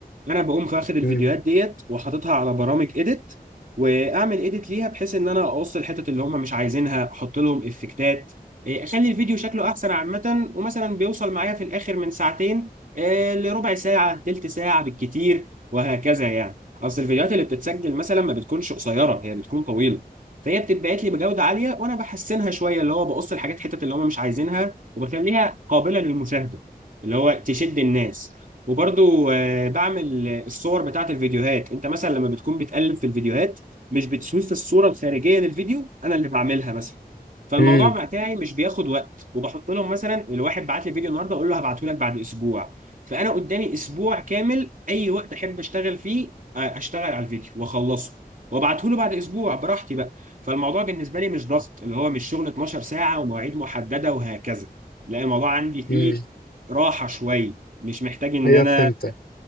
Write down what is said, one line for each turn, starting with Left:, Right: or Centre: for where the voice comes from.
Right: انا بقوم واخد الفيديوهات
Left: امم
Right: ديت وحاططها على برامج اديت واعمل اديت ليها بحيث ان انا اقص الحتت اللي هم مش عايزينها احط لهم افكتات إيه، اخلي الفيديو شكله احسن عامه ومثلا بيوصل معايا في الاخر من ساعتين إيه، لربع ساعه تلت ساعه بالكتير وهكذا يعني اصل الفيديوهات اللي بتتسجل مثلا ما بتكونش قصيره هي بتكون طويله فهي بتتبعت لي بجوده عاليه وانا بحسنها شويه اللي هو بقص الحاجات حتت اللي هم مش عايزينها وبخليها قابله للمشاهده اللي هو تشد الناس وبرضو آه، بعمل الصور بتاعت الفيديوهات انت مثلا لما بتكون بتقلب في الفيديوهات مش بتشوف الصورة الخارجية للفيديو انا اللي بعملها مثلا فالموضوع
Left: امم
Right: بتاعي مش بياخد وقت وبحط لهم مثلا الواحد بعت لي فيديو النهارده اقول له هبعته لك بعد اسبوع فانا قدامي اسبوع كامل اي وقت احب اشتغل فيه آه، اشتغل على الفيديو واخلصه وابعته له بعد اسبوع براحتي بقى فالموضوع بالنسبه لي مش ضغط اللي هو مش شغل 12 ساعه ومواعيد محدده وهكذا لا الموضوع عندي فيه
Left: امم
Right: راحه شويه مش محتاج ان
Left: ايوه
Right: انا
Left: فهمتك